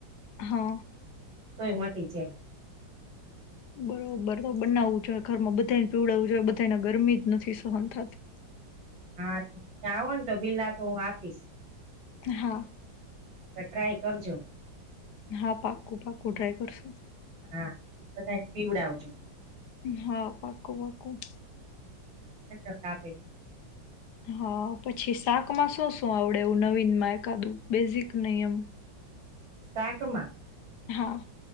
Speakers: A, on the left; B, on the right.
A: હઅ
B: તોય મટી જાય.
A: બરોબર તો બનાવવું જોઈએ, ઘરમાં બધા પીવડાવું જોઈએ, બધાને ગરમી જ નથી સહન થાતી.
B: હા ત્યાં આવો ને તો બિલા તો હું આપીશ.
A: હા.
B: પર ટ્રાય કરજો.
A: હા પાક્કું પાક્કું ટ્રાય કરશું.
B: હા બધાય ને પીવડાવજો.
A: હા પાક્કું પાક્કું.
B: <unintelligible> કાપે.
A: હા પછી શાકમાં શું શું આવડે એવું નવીનમાં એકાદું બેઝિક નય એમ?
B: શાકમાં
A: હા અ.